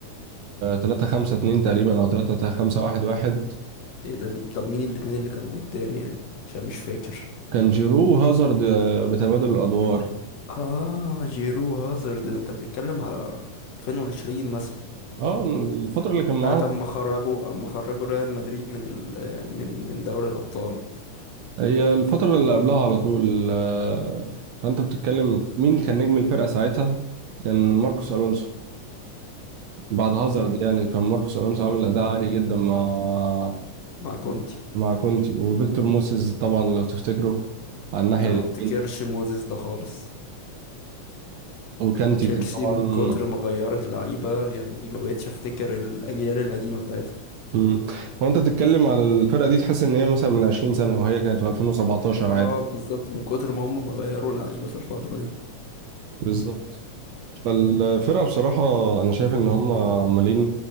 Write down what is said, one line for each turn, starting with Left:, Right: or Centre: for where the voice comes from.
Right: 3 5 2 تقريبا او 3 5 1 1
Left: ايه ده طب مين الاتنين اللي كانوا قدام يعني عشان مش فاكر
Right: كان جيرو وهازارد آه، بتبادل الادوار
Left: اه جيرو هازارد ده انت بتتكلم على 2020 مثلا
Right: اه الفتره اللي كان معاهم
Left: ساعة أما خرجوا أما خرجوا ريال مدريد من ال من من دوري الأبطال
Right: هي الفتره اللي قبلها على طول آه، فانت بتتكلم مين كان نجم الفرقه ساعتها كان ماركوس الونسو بعد هازارد
Left: مم.
Right: يعني كان ماركوس الونسو عامل اداء عالي جدا مع
Left: مع كونتي
Right: مع كونتي وفيكتور موسيز طبعا لو تفتكروا على الناحيه
Left: لا
Right: اليمين
Left: ما افتكرش موزيس ده خالص
Right: وكانتي
Left: تشيلسي
Right: كان طبعا
Left: من كتر ما غيرت لعيبة يعني ما بقتش افتكر الأجيال القديمة بتاعتها
Right: مم. وانت بتتكلم على الفرقه دي تحس ان هي مثلا من 20 سنه وهي كانت في 2017
Left: اه
Right: عادي
Left: بالظبط من كتر ما هم ما غيروا لعيبة في الفترة دي
Right: بالظبط فالفرقة بصراحة أنا شايف إن هم عمالين